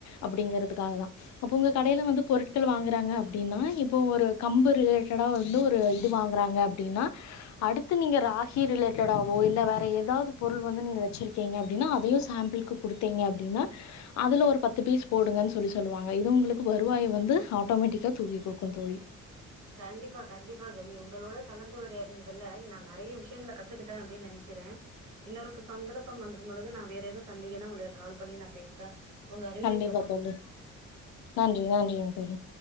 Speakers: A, on the left; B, on the right.
A: அப்படிங்கறதுக்காகதா அப்ப உங்க கடையில வந்து பொருட்கள் வாங்குறாங்க அப்டீனா இப்போ ஒரு கம்பு ரிலேட்டடா வந்து ஒரு இது வாங்குறாங்க அப்டீனா அடுத்து நீங்க ராகி ரிலேட்டடோவோ இல்ல வேற எதாவ்து பொருள் வந்து நீங்க வெச்சிருக்கீங்க அப்டீனா அதயு சாம்பிள்க்கு குடுத்தீங்க அப்டீனா அதுல ஒரு பத்து பீஸ் போடுங்கன் சொல்லி சொல்லுவாங்க இது உங்களுக்கு வருவாய வந்து ஆட்டோமேட்டிக்கா தூக்கி் குடுக்கு தோழி
B: கண்டிப்பா கண்டிப்பா தோழி உங்களோட கலந்துறையாடந்துதுல நா நெறைய விஷியங்கள கத்துக்கிட்டே அப்டின் நெனைக்கிறே இன்னொருப்ப சந்தரப்பம் வந்திரும் பொழுது நா வேற எதவு சந்தேகேனா உங்களுக்கு கால் பண்ணி நா பேசுறே உங்க அறிவுரைக்கு
A: கண்டிப்பா
B: ரொம்ப
A: தோழி நன்றி நன்றிங் தோழி